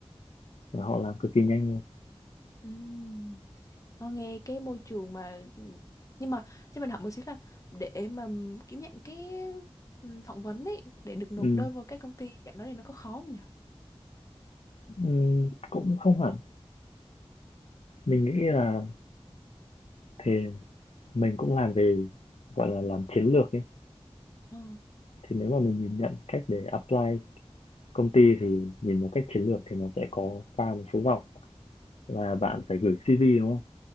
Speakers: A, on the left; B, on the left.
A: và họ làm cực kỳ nhanh luôn
B: Ừm, Ờ, nghe cái môi trường mà ừm, nhưng mà cho mình hỏi một xíu là để mà ừm, kiếm dạng cái ừm, phỏng vấn ấy để được nộp
A: ừ.
B: đơn vào các công ty dạng đó thì nó có khó không nhỉ?
A: Ừm, cũng không hẳn. Mình nghĩ là thì mình cũng làm về, gọi là, làm chiến lược ấy,
B: Ờ.
A: thì nếu mà mình nhìn nhận cách để apply công ty thì nhìn vào cách chiến lược thì nó sẽ có qua một số vòng là bạn phải gửi CV, đúng không?